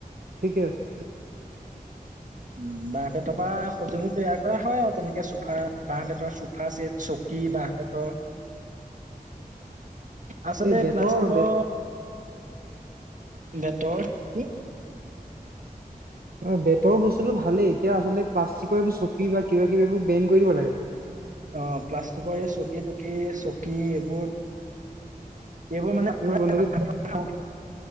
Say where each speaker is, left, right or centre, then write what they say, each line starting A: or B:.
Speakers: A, on the right (about 70°); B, on the right (about 55°).
A: <unintelligible>
B: উম, বাঁহ বেতৰ পৰা সঁজুলি তৈয়াৰ কৰা হয় আৰু তেনেকে চোফা বাহ বেতৰ চোফা চেট চব কি বাঁহ বেতৰ
A: <inaudible>
B: আচলতে
A: এই বেতৰ
B: প্লাষ্টিকৰ
A: বেত
B: বেতৰ কি
A: অ', বেতৰ বস্তুটো ভালেই, এতিয়া আচলতে প্লাষ্টিকৰ এইবোৰ চকী বা কিবা কিবি এইবোৰ বেন কৰি দিব লাগে!
B: অ', প্লাষ্টিকৰ এই চকী টকী চকী এইবোৰ এইবোৰ মানে <unintelligible>
A: বন্ধ কৰি
B: প্ৰদূষণতটোও